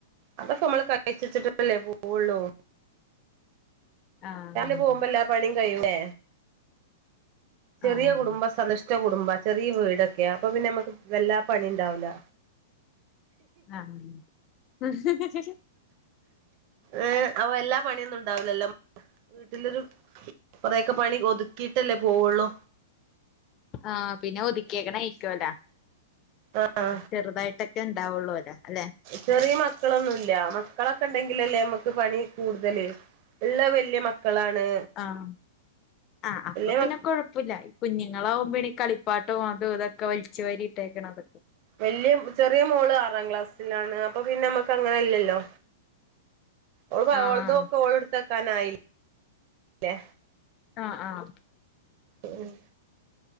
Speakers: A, on the right (about 45°); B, on the left (about 35°).
A: അതൊക്കെ മ്മള് കഴിച്ചെച്ചിട്ടല്ലേ പോവൊള്ളൂ
B: ആഹ്
A: രാവിലെ പോകുമ്പ എല്ലാ പണിയും കയ്യൂലെ ചെറിയ
B: ആഹ്
A: കുടുംബ സന്തുഷ്ട കുടുംബ ചെറിയ വീടൊക്കെയാ അപ്പൊ പിന്നെമ്മക്ക് വല്ലാ പണിണ്ടാവൂല
B: ആഹ്
A: ഏഹ് അപ്പൊ വല്ലാ പണിയൊന്നുണ്ടാവുലല്ലോ വീട്ടിലൊരു കൊറേയൊക്കെ പണി ഒതുക്കിട്ടല്ലേ പോവൊള്ളൂ
B: ആഹ് പിന്നെ ഒതുക്കിയെക്കണയിക്കുവല്ലോ
A: ആഹ്
B: ചെറുതായിട്ടൊക്കെ ണ്ടാവൊള്ളോലൊ അല്ലെ
A: ചെറിയ മക്കളൊന്നുല്ല മക്കളൊക്കെണ്ടെങ്കിലല്ലേ നമ്മക്ക് പണികൂടുതല് ഇള്ളത് വല്യ മക്കളാണ്
B: ആഹ് ആ അപ്പൊ
A: വല്യ
B: പിന്നെ
A: മ
B: കൊഴപ്പല്ല കുഞ്ഞുങ്ങളാവുമ്പണീ കളിപ്പാട്ടോം അതും ഇതൊക്കെ വലിച്ചു വാരിട്ടേക്കണതൊക്കെ
A: വല്യ ചെറിയ മോള് ആറാം ക്ലാസ്സിലാണ് അപ്പൊ പിന്നെ മ്മക്ക് അങ്ങനെല്ലല്ലോ
B: <inaudible>
A: ഓൾപ്പോ
B: ആഹ്
A: ഓളതൊക്കെ ഓൾട്തെക്കാനായില്ലേ
B: ആഹ് ആഹ്
A: ഉം